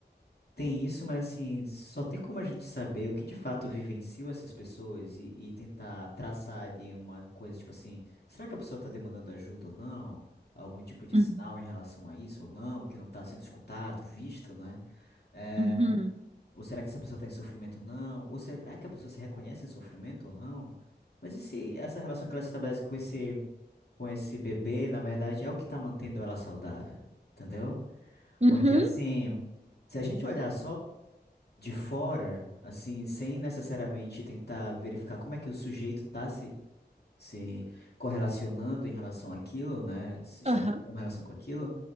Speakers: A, on the left; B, on the right.
A: tem isso, mas assim, só tem como a gente saber o que de fato vivenciou essas pessoas e, e tentar traçar de uma coisa, tipo assim, será que a pessoa está demandando ajuda ou não? Algum tipo de
B: uhum,
A: sinal em relação a isso ou não, que não está sendo escutado, visto, né? Eh,
B: uhum,
A: ou será que essa pessoa está em sofrimento ou não? Ou será que a pessoa se reconhece em sofrimento ou não? Mas e se essa relação que ela estabelece com esse, com esse bebê, na verdade, é o que está mantendo ela saudável, entendeu?
B: uhum,
A: Porque assim, se a gente olhar só de fora, assim, sem necessariamente tentar verificar como é que o sujeito está se, se correlacionando em relação àquilo, né? Se estabelecendo
B: aham,
A: uma relação com aquilo,